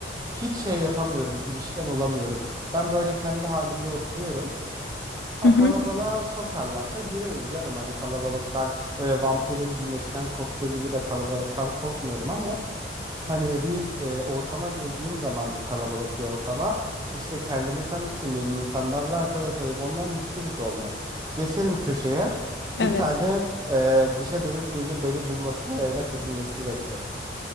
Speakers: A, on the right (about 20°); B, on the left (about 65°).
A: hiç şey yapamıyorum, girişken olamıyorum. Ben böyle kendi halimde oturuyorum. Ha
B: Hı hı.
A: kalabalığa sokarlarsa gireriz canım. Hani kalabalıktan böyle vampirin güneşten korktuğu gibi de kalabalıktan korkmuyorum ama hani bir e, ortama girdiğim zaman bir kalabalık bir ortama işte kendimi tanıtayım yeni insanlarla arkadaş olayım onların hiçbirisi olmaz. Geçerim köşeye
B: Evet,
A: bir tane e, dışa dönük birinin beni bulmasını ve evlat edinmesini beklerim.